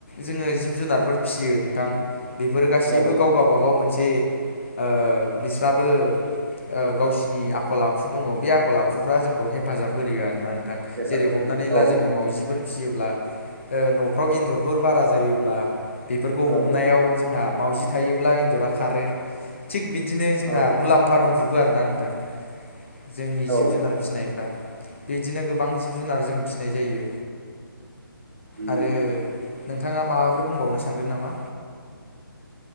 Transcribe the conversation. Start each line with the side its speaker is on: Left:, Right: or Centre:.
Left: जोङो जिब जुनारफोर फिसियो नोंथां बेफोरो गासैबो
Right: औ
Left: गाव गावबागाव मोनस ओ बिस्राबो ओ गावसिनि आखल आखु दङ' बे आखल आखुफ्रा जोंखौ हेफाजाब होयो आरोना थां
Right: हेफाजाब
Left: जेरै हमनानै
Right: होयो
Left: ला
Right: औ
Left: जोङो मावजिफोर फिसियोब्ला ओ न'फ्राव एन्जरफोर बारा जायोब्ला बेफोरखौ
Right: औ
Left: हमनायाव जोंहा मावजि थायोब्ला एन्जरा खारो थिग बिदिनो जोंहा
Right: औ
Left: मुलाम्फा दंजोबो आरोना नोंथां जोंनि
Right: औ
Left: जिब जुनार फिसिनायफ्रा बेदिनो गोबां जिब जुनार जों फिसिनाय जायो
Right: उम
Left: आरो नोंथाङा माबाफोर बुंबावनो सानगोन नामा?